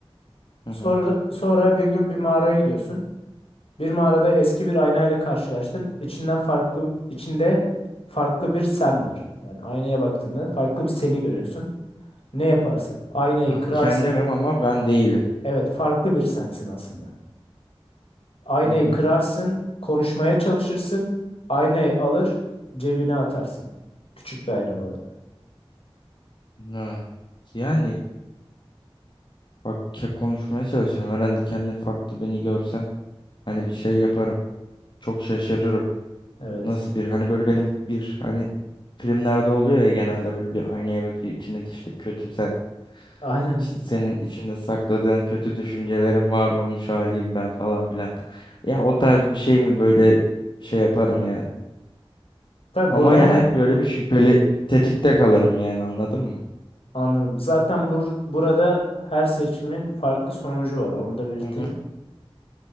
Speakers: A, on the left (about 50°); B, on the left (about 70°).
A: Hı
B: Sonra
A: hı.
B: sonra bir gün bir mağaraya gidiyorsun. Bir mağarada eski bir ayna ile karşılaştın. İçinden farklı içinde farklı bir sen var. Yani aynaya baktığında farklı bir seni görüyorsun. Ne yaparsın? Aynayı
A: Ben
B: kırarsın.
A: kendimim ama ben değilim.
B: Evet, farklı bir sensin aslında. Aynayı
A: Hı hı.
B: kırarsın, konuşmaya çalışırsın. Aynayı alır, cebine atarsın. Küçük bir ayna bu arada.
A: Ha. Yani bak ke- konuşmaya çalışıyorum. Herhalde kendi farklı beni görsem hani bir şey yaparım. Çok şaşırırım.
B: Evet.
A: Nasıl bir hani böyle benim bir hani filmlerde oluyor ya genelde böyle bir aynaya bakıyor içindeki işte kötü sen
B: Aynen.
A: İşte senin içinde sakladığın kötü düşüncelerin var olmuş haliyim ben falan filan. Ya o tarz bir şey mi böyle şey yaparım yani.
B: Tabii
A: Ama
B: burada
A: yani
B: <laughs> he-
A: hep böyle bir şüpheli tetikte kalırım yani anladın mı?
B: anladım. Zaten bur burada her seçimin farklı sonucu var. Onu da belirteyim.
A: Hı hı.